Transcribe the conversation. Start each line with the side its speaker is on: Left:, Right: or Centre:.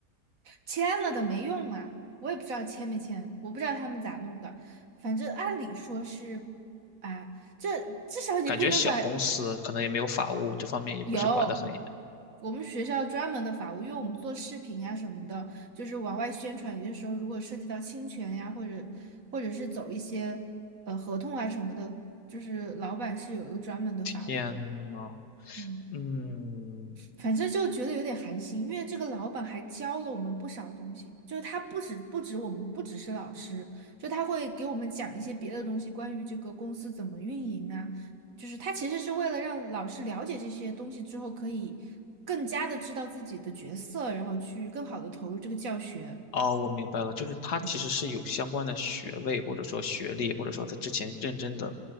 Right: 签了的没用啊，我也不知道签没签，我不知道他们咋弄的，反正按理说是啊，这至少你不能把。
Left: 感觉小公司可能也没有法务，这方面也不是管得很
Right: 有，我们学校专门的法务，因为我们做视频啊什么的，就是往外宣传，有些时候如果涉及到侵权呀，或者或者是走一些呃合同啊什么的，就是老板是有一个专门的法务的。
Left: 严呢。
Right: 嗯。
Left: 嗯，
Right: 反正就觉得有点寒心，因为这个老板还教了我们不少东西，就是他不止不止我们不只是老师，就他会给我们讲一些别的东西，关于这个公司怎么运营啊，就是他其实是为了让老师了解这些东西之后，可以更加的知道自己的角色，然后去更好的投入这个教学，
Left: 哦，我明白了，就是他其实是有相关的学位，
Right: 嗯，
Left: 或者说学历，或者说他之前认真的，